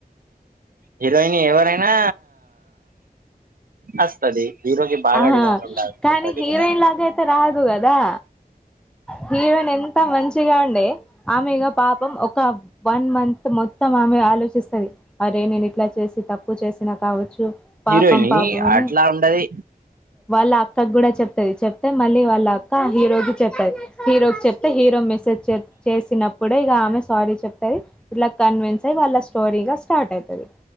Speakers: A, on the right; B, in the centre.
A: హీరోయిన్ ఎవ నైనా అత్తది హీరోకి బాగా
B: ఆహా
A: డిమండ్
B: కానీ
A: కూడాద
B: హీరోయిన్ లాగ అయితే రాదు కదా హీరోయిన్ ఎంత మంచిగా ఉండే ఆమెగా పాపం ఒక వన్ మంత్ మొత్తం ఆమె ఆలోచిస్తుది అరే నేను ఇట్లా చేసి తక్ప్పువ చేసినా కావచ్చు పాపం
A: హీరోయిని
B: పాపం అని
A: అట్లా ఉండది
B: వాళ్ళ అక్కకి కూడా చెప్తది చెప్తే మళ్ళీ వాళ్ళ అక్క హీరోకి చెప్తది హీరోకి చెప్తే హీరో మెసేజ్ చేసినప్పుడ ఇక ఆమె సారీ చెప్తది ఇట్లా కన్విన్స్ అయి వాళ్ళ స్టోరీగా స్టార్ట్ అవుతుది